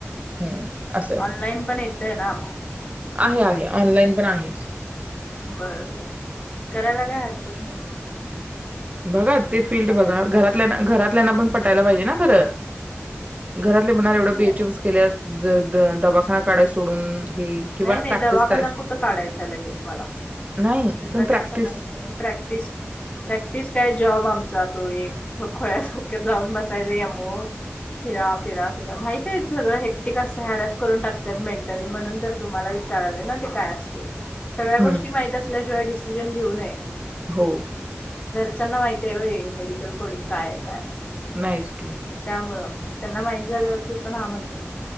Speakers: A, on the right; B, on the left.
A: ह् असय
B: ऑनलाईन पण येतय ना
A: आहे आहे ऑनलाइन पण आहे.
B: बरबर करायला काय हरकत नाही.
A: बघा ते फील्ड
B: बघायला
A: बघा घरातल्या
B: पाहिजे
A: घरातल्याना पण पटायला पाहिजे ना खरं घरातले म्हनार एवढं बीएचम
B: नाही
A: केल्यास ज दवा णा काडाय सोडून हे किंवा
B: नाही
A: प्रॅक्टिस
B: नाही दवाखाना
A: करायची
B: कुठं काढायचा लगेच मला
A: नाही
B: त्याचा
A: पण
B: काही
A: प्रॅक्टिस
B: संबंध नाही प्रॅक्टिस प्रॅक्टिस काय जॉब आमचा तो एक खोळ्यासारख जाऊन बसायचं मवो फिरा फिरा फिरा माहतीय सगळं हेक्टिक असं हॅरस करून टाकत मेंटली म्हणून तर तुम्हाला विचाराले ना ते काय असते. सगळ्या
A: हम्म
B: गोष्टी माहीत असल्याशिवाय डीसी जन घेऊ नये.
A: हो
B: घरच्याना माहिती आहेवय मेडिकल कोडिंग काया आहे, काय नाही.
A: नाहीच की.
B: त्यामुळं त्यांना माहीत झाल्यावरती पण हा म्हणते.